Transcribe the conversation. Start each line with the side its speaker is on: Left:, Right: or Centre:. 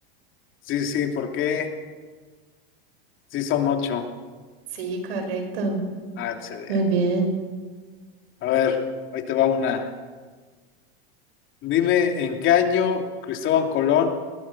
Left: Sí, sí, ¿por qué? Sí, son ocho.
Right: Sí, correcto.
Left: Ah, excelente.
Right: Muy bien.
Left: A ver, ahí te va una. Dime en qué año Cristóbal Colón